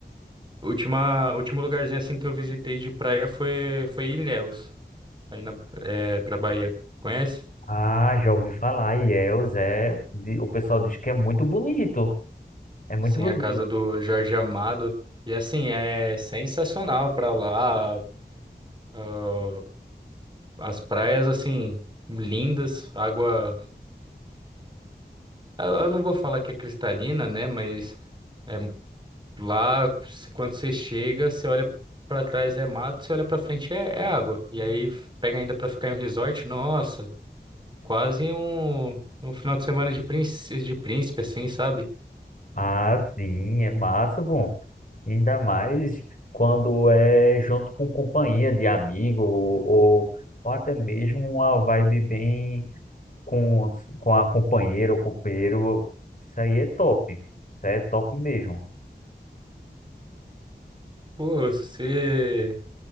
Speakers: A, on the right; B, on the left.
A: Última, último lugarzinho assim que eu visitei de praia foi, foi Ilhéus, aí na, é, pra Bahia. Conhece?
B: Ah, já ouvi falar. Ilhéus é. de- O pessoal diz que é muito bonito. É muito
A: Sim,
B: bonito.
A: a casa do Jorge Amado. E assim, é sensacional pra lá. Ah, as praias, assim, lindas, água. Eu eu não vou falar que é cristalina, né? Mas é, lá, se- quando você chega, você olha pra trás é mato, você olha pra frente é, é água. E aí pega ainda pra ficar em um resort, nossa, quase um, um final de semana de príncipe, de príncipe, assim, sabe?
B: Ah, sim, é massa, bom. Ainda mais quando é junto com companhia de amigo ou, ou, ou até mesmo uma vibe bem com, os- com a companheira ou companheiro. Isso aí é top. Isso aí é top mesmo.
A: Pô, se